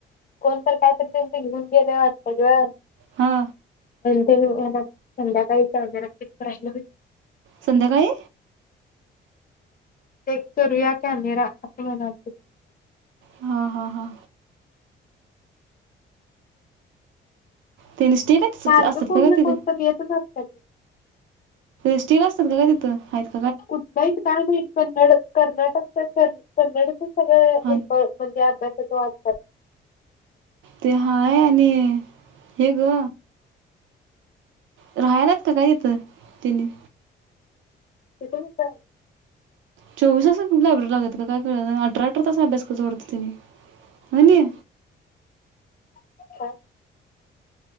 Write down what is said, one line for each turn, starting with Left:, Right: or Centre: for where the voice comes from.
Left: कोणत काहीतरी त्यांच घेऊन गेलंय वाटत गं.
Right: हा.
Left: <unintelligible> मला संध्याकाळी काम <unintelligible>
Right: संध्याकाळी
Left: चेक करूया कॅमेरा असं म्हणालते.
Right: हा, हा, हा. त्याने स्टील असतात
Left: सारखं कोण
Right: का का
Left: ना
Right: तिथं
Left: कोणतं येतंच असत्यात.
Right: स्टील असतात का काय तिथं हायत
Left: कुठं हाईत काय माहित कन्नड कर्नाटक तर कन्नडच सगळ
Right: हा
Left: म्हणजे अभ्यासाच वात
Right: ते हाय आणि हे ग राहायला हायत का काय तिथं तेनी?
Left: <unintelligible>
Right: चोवीस तास लायब्ररी लागत का काय कळना. अठरा, अठरा तास अभ्यास करतात वाटत तेनी. होय नई?
Left: <unintelligible>